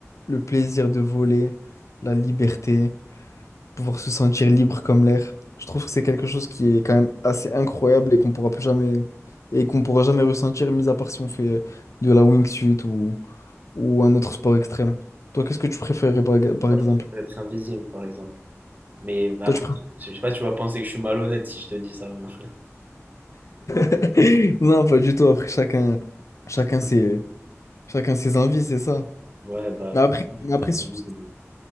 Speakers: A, on the left (about 70°); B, on the right (about 35°).
A: le plaisir de voler, la liberté pouvoir se sentir libre comme l'air. Je trouve que c'est quelque chose qui est quand même assez incroyable et qu'on pourra plus jamais et qu'on pourra jamais ressentir, mis à part si on fait euh, de la wingsuit ou, ou un autre sport extrême. Toi, qu'est-ce que tu préférais par, par
B: Moi,
A: exemple?
B: je préfère être invisible, par exemple. Mais bah,
A: Toi,
B: après,
A: tu préfères...
B: je sais pas, tu vas penser que je suis malhonnête si je te dis ça. <laughs>
A: <laughs> Non, pas du tout. Après, chacun, chacun
B: Je vais penser
A: ses, chacun ses envies, c'est ça.
B: que- Ouais, bah,
A: Mais après, mais après,
B: faut être
A: si
B: invisible.